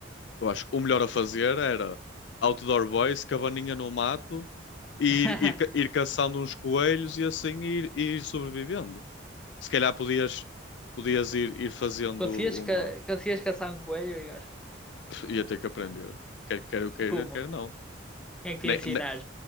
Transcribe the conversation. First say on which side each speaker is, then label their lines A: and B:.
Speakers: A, on the left (about 65°); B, in the centre.
A: Eu acho que o melhor a fazer era outdoor boys, cabaninha no mato, e ir,
B: <laughs>
A: ir, ca- ir caçando uns coelhos e assim ir, ir sobrevivendo. Se calhar podias, podias ir, ir fazendo
B: Conseguias,
A: uma.
B: ca conseguias caçar um coelho, Igor?
A: <laughs> Ia ter que aprender. Quer quer eu queira,
B: Como?
A: quer não.
B: Quem é que te
A: Nem,
B: ia ensinar?
A: nem,